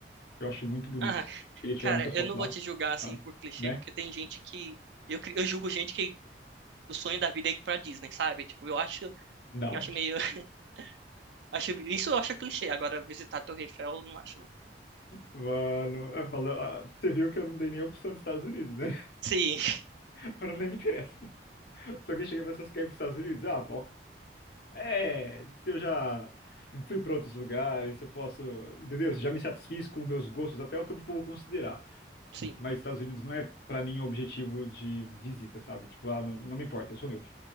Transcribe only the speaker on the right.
Ah,
cara,
eu não vou
te julgar assim
por clichê,
porque tem gente que. Eu, cri- eu julgo gente que o sonho da vida é ir pra Disney, sabe? Tipo, eu acho,
eu acho meio. <laughs> Acho, isso eu acho clichê. Agora, visitar a Torre Eiffel, eu não acho, não.
Sim, <laughs>
sim,